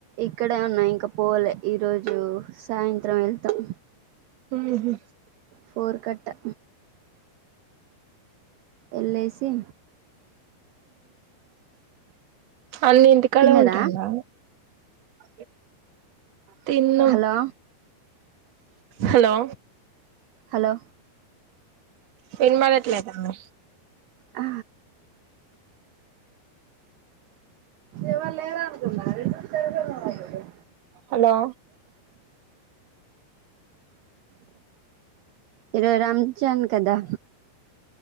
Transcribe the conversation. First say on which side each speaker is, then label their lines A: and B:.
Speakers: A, on the right; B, on the right.
A: ఇక్కడే ఉన్నాయి. ఇంకా పోలే ఈరోజు సాయంత్రం వెళ్తాం.
B: ఉహూ.
A: ఫోర్కాట్ట. ఎల్లేసి.
B: అన్న ఇంటికాడే
A: తిన్నరా
B: ఉంటాడా అ తిన్న
A: హలో
B: హలో
A: హలో
B: వినబట్లేదామే
A: హ ఎవల్లేరా అ మ్యారేజ్ <unintelligible>
B: హలో
A: ఈ రోజు రంజన్ కదా